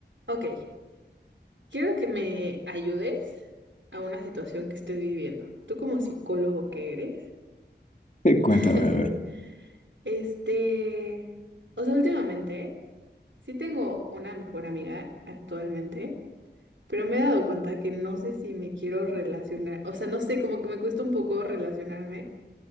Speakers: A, on the right; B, on the left.
A: Ok, quiero que me ayudes a una situación que estoy viviendo. Tú como psicólogo que eres,
B: <laughs> Cuéntame,
A: <laughs>
B: a ver.
A: este, o sea, últimamente sí tengo una mejor amiga actualmente, pero me he dado cuenta que no sé si me quiero relacionar, o sea, no sé, como que me cuesta un poco relacionarme